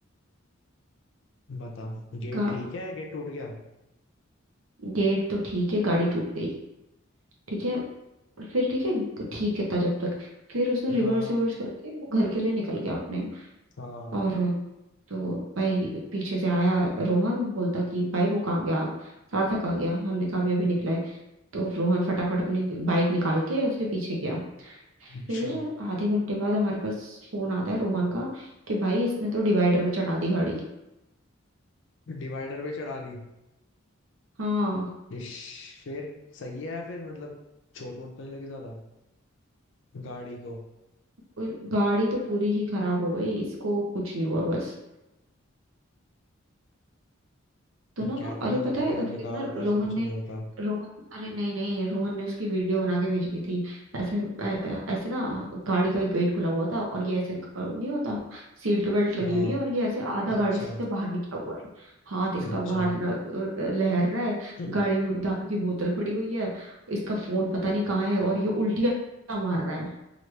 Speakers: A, on the left (about 60°); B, on the right (about 75°).
A: बता गेट
B: गा,
A: ठीक है गेट टूट गया
B: गेट तो ठीक है गाड़ी टूट गई ठीक है और फिर ठीक है ठीक है था जब तक फिर उसने
A: हाँ
B: रिवर्स रिवर्स करके वो घर के लिए निकल गया अपने
A: हाँ
B: और तो भाई पीछे से आया रोहन बोलता कि भाई वो कहाँ गया सार्थक कहाँ गया हमने कहा अभी अभी निकला है तो रोहन फटाफट अपनी बाइक निकाल के उसके पीछे गया
A: अच्छा
B: फिर आधे घंटे बाद हमारे पास फोन आता है रोहन का कि भाई इसने तो डिवाइडर पे चढ़ा दी गाड़ी
A: डिवाइडर पे चढ़ा दी
B: हाँ
A: इश, फिर सही है या फिर मतलब चोट वोट तो नहीं लगी ज्यादा गाड़ी को
B: उ- गाड़ी तो पूरी ही खराब हो गई इसको कुछ नहीं हुआ बस तो
A: कहते
B: ना अरे
A: हैं ना
B: पता
A: जो जितना
B: है फिर
A: बेकार
B: ना
A: होता
B: रोहन
A: है उसे कुछ
B: ने
A: नहीं होता
B: रोहन अरे नहीं नहीं रोहन ने उसकी वीडियो बना के भेजी थी ऐसे ऐ- ऐसे ना गाड़ी का एक गेट खुला हुआ था और ये ऐसे ग- नहीं होता सीट बेल्ट लगी
A: हाँ
B: हुई है और ये ऐसे आधा गाड़ी
A: अच्छा
B: से बाहर निकला हुआ है हाथ इसका
A: अच्छा
B: बाहर न- अ, लहर रहा है
A: हम्म
B: गाड़ी में दारू की बोतल पड़ी हुई है इसका फोन पता नहीं कहाँ है और ये उल्टियां मार रहा है